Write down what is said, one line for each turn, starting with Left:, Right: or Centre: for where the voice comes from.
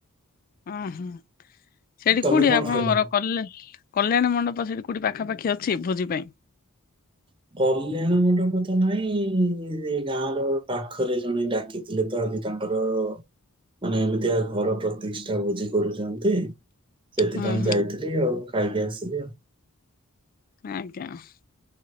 Left: <inaudible>
Right: ତମେ କଣ ଖାଇଲ?
Left: <inaudible>
Right: <inaudible> <inaudible> <inaudible>
Left: ହୁଁ ହୁଁ <inaudible>